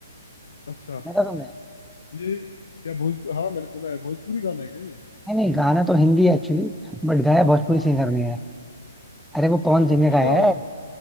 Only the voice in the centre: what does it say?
सुना था तुमने
नहीं नहीं गाना तो हिंदी है एक्चुअली बट गाया भोजपुरी
सिंगर ने है अरे वो पवन सिंह
ने गाया है